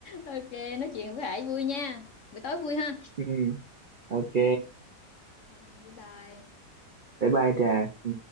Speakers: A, on the left; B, on the right.
A: Ok, nói chuyện với Hải vui nha. Buổi tối vui ha.
B: ừ, ok
A: Ok, bye bye.
B: bye bye Trà Ừ.